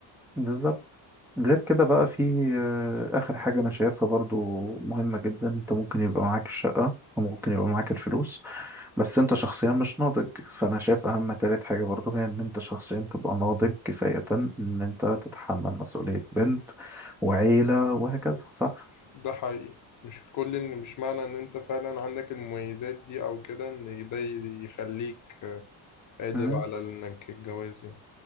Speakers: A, in the centre; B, on the left.
A: بالظبط غير كده بقى في آه، آخر حاجة أنا شايفها برضو مهمة جدا أنت ممكن يبقى معاك الشقة وممكن يبقى معاك الفلوس بس انت شخصيا مش ناضج فانا شايف اهم تالت حاجة برضو هي ان انت شخصيا تبقى ناضج كفاية ان انت تتحمل مسؤولية بنت وعيلة وهكذا صح
B: ده حقيقي مش كل ان مش معنى ان انت فعلا عندك المميزات دي او كده ان ده يخليك قادر
A: مم،
B: على انك الجواز يعني